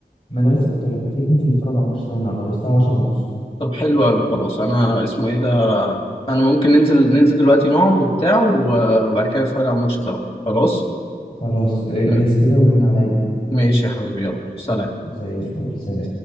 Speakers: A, on the left; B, on the left.
A: ما انا لسه كنت اقول لك ما تيجي تنزل نتفرج على الماتش سوا النهارده هو الساعه 10 ونص
B: طب حلو قوي خلاص انا اسمه ايه ده انا ممكن ننزل ننزل دلوقتي نقعد وبتاع و- وبعد كده نتفرج على الماتش سوا خلاص
A: خلاص اجهز
B: م-
A: كده ورن عليا يعني
B: ماشي يا حبيبي يلا سلام
A: زي الفل سلام